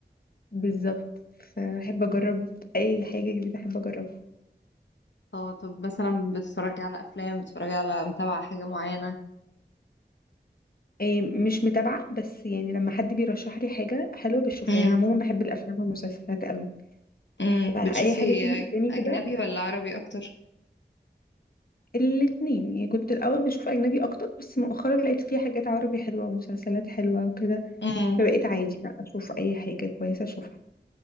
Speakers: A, on the left; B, on the left.
A: بالظبط فاحب اجرب اي حاجه جديده احب اجربها
B: اه طب مثلا بتتفرجي على افلام بتتفرجي على متابعة حاجة معينة
A: إيه مش متابعه بس يعني لما حد بيرشح لي حاجه حلوه بشوفها
B: مم.
A: يعني انا عموما بحب الافلام والمسلسلات قوي
B: مم.
A: فاي
B: بتشوفي
A: حاجه تيجي قدامي
B: اجنبي
A: كده
B: ولا عربي اكتر
A: الاتنين يعني كنت الأول بشوف أجنبي أكتر بس مؤخرا لقيت فيه حاجات عربي حلوة ومسلسلات حلوة وكده
B: امم
A: فبقيت عادي بقى أشوف أي حاجة كويسة أشوفها